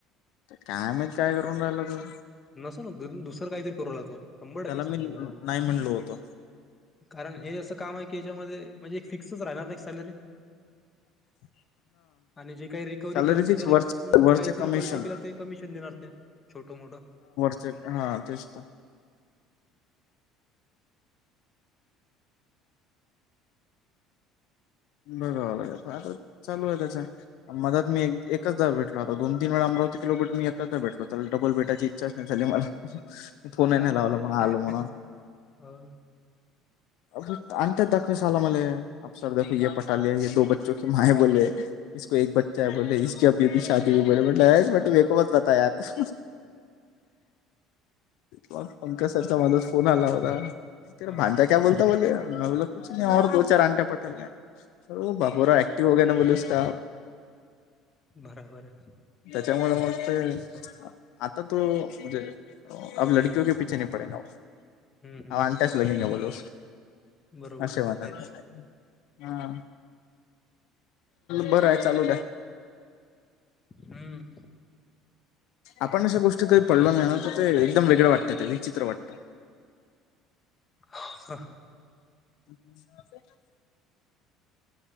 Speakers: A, on the left; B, on the left.
A: काय माहित काय करुन रायला तो.
B: नसण होत दुसरं कायतरी करू ला तो शंभर
A: त्याला
B: टक्के सांगते मी तुम्हाले
A: नाही म्हणलो होतो.
B: कारण हे असं काम आहे की याच्यामध्ये म्हणजे एक फिक्सच राहणार ना एक सॅलरी
A: <unintelligible>
B: आणि जे काही रिकव्हरी
A: सॅलरी
B: करण त्याच्यावर
A: फिक्स
B: एक
A: वर
B: हूं
A: वरचे
B: काय तरी
A: कमिशन
B: पर्टिक्युलर ते कमिशन देणार ते छोट मोठ
A: चल हा तेच त बघावं लागेल पण आता चालू आहे त्याच्या आणि मधात मी
B: हम्म,
A: एक एकचदा भेटला होता दोन तीन वेळा अमरातीकीलोट मी एकचदा भेटला होता त्याला डबल भेटायची इच्छा चं नाय झाली मला. फोन ही
B: काय
A: नाय लावला
B: भेटतं
A: मग
B: त्याला
A: आलो म्हणून
B: हो.
A: होत अंते दखस आला मले अफसर देखो ये पटाले ये दो बच्चो की माँ ये बोले इसको एक बच्चा हे बोले इसकी अभी अभी शादीे होगाई म्हटले हेट ये कोण होत तयार पंकज सर चा मध्येच फोन आला होता तेरा
B: हो.
A: भांडा क्या बोलता बोले में बोला कुछ नहीं और दो चार अन्ट्या पटा लिया वो बाबुराय
B: हं, हं.
A: हो गया ना बोले उसका.
B: बरोबर आहे.
A: त्याच्यामुळे मग ते आता तो म्हणजे अ अब लडकियोके पिछे नही पडेे ना वो.
B: हं, हं.
A: हा अँट्याच लगेंगा बोलो
B: बरोबर
A: असे म्हणतात.
B: ते तर आहेच.
A: हा बरं हाय चालू दया.
B: हम्म.
A: आपण अशा गोष्टी काही पडलो नाही ना तर ते एकदम वेगळ वाटतात ते विचित्र वाटतं.
B: ओ हं.
A: <inaudible>